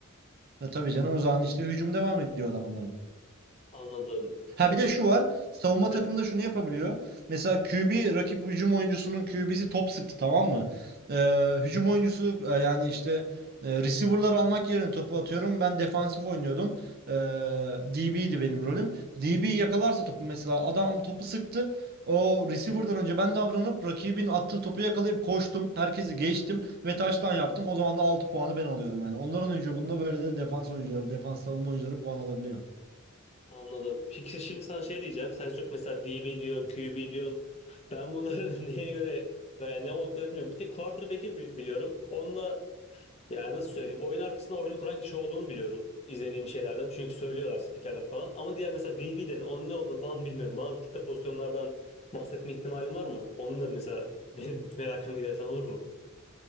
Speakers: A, on the right; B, on the left.
A: Ya tabii canım o zaman işte hücum devam ediyor adamların.
B: Anladım. Ya
A: Ha bir
B: bir
A: de
B: tık-
A: şu var. Savunma
B: evet,
A: takımda şunu yapabiliyor. Mesela QB rakip hücum oyuncusunun QB'si top sıktı tamam mı? Ee, hücum oyuncusu e, yani işte e, receiver'lar almak yerine topu atıyorum. Ben defansif oynuyordum. Ee, DB'ydi benim rolüm. DB yakalarsa topu mesela adam topu sıktı. O receiver'dan önce ben davranıp rakibin attığı topu yakalayıp koştum. Herkesi geçtim ve taştan yaptım. O zaman da 6 puanı ben alıyorum yani. Onların hücumunda böyle de defans oyuncuları, defans savunma oyuncuları puan alabiliyor.
B: anladım. Peki işte şimdi sana şey diyeceğim. Sen çok mesela D DB diyorsun, Q B diyorsun. Ben bunları <laughs> neye göre veya ne olduklarını bilmiyorum. Bir tek quarterback'i bi- biliyorum. Onda Yani nasıl söyleyeyim? Oyun arkasında oyunu kuran kişi olduğunu biliyorum izlediğim şeylerden. Çünkü söylüyorlar spikerler falan. Ama diğer mesela DB dedin onun ne olduğunu falan <laughs> bilmiyorum. Bana bir tık da pozisyonlardan bahsetme ihtimalin var mı? Onu da mesela <laughs> benim merakımı gidersen olur mu?